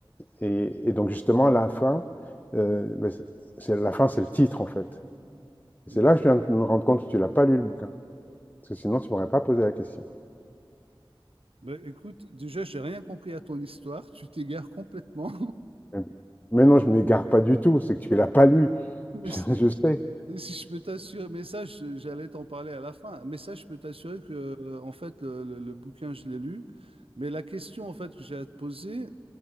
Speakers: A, on the left; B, on the right.
A: Et, et donc justement, la fin, euh, ben, c'est, la fin, c'est le titre en fait. Et c'est
B: D'ac-
A: là que je viens de me rendre compte que tu l'as pas lu le bouquin. Parce que sinon, tu m'aurais pas posé la question.
B: Ben, écoute, déjà, j'ai rien compris à ton histoire. Tu t'égares complètement.
A: Mais mais non, je ne m'égare pas du tout, c'est que tu l'as pas lu.
B: <laughs>
A: <laughs>
B: Mais
A: Je,
B: si,
A: je sais.
B: si je peux t'assurer, mais ça, je- j'allais t'en parler à la fin. Mais ça, je peux t'assurer que, euh, en fait, le, le- le bouquin, je l'ai lu. Mais la question, en fait, que j'ai à te poser,